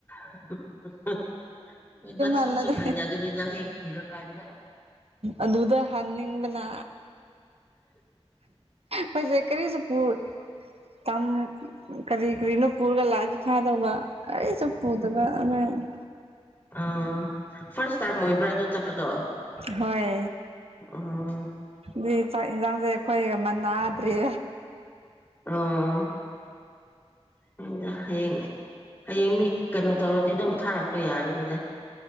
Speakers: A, on the left; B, on the right.
A: <unintelligible> ꯍꯣꯏꯗ
B: ꯍꯜꯂꯒ
A: ꯁꯨꯝ ꯁꯨꯝ ꯍꯩꯅꯒꯅꯤꯗ ꯍꯌꯦꯡ ꯀꯨꯏꯔꯀꯥꯟꯗ꯫
B: ꯑꯗꯨꯗ ꯍꯥꯟꯅꯤꯡꯕꯅ ꯃꯣꯏꯁꯦ ꯀꯔꯤꯁꯨ <unintelligible> ꯀꯥꯝ ꯀꯔꯤ ꯀꯔꯤꯅꯣ ꯄꯨꯔꯒ ꯂꯥꯛꯑꯗꯤ ꯐꯥꯗꯧꯕ <unintelligible>
A: ꯑ ꯐꯥꯔꯁ ꯇꯥꯏꯝ ꯑꯣꯏꯕ꯭ꯔꯥ ꯑꯗꯨ ꯆꯠꯄꯗꯣ
B: ꯍꯣꯏ
A: ꯑꯣ
B: ꯑꯗꯨꯏ ꯆꯥꯛ ꯑꯦꯟꯖꯥꯡꯖꯦ ꯈꯣꯏꯒ ꯃꯥ ꯅꯥꯗꯔ꯭ꯦ
A: ꯑꯣ <unintelligible> ꯍꯌꯦꯡ ꯍꯌꯦꯡ ꯃꯤ ꯀꯩꯅꯣ ꯇꯧꯔꯗꯤ ꯗꯨꯝ ꯊꯥꯔꯛꯄ ꯌꯥꯒꯅꯤꯗ꯫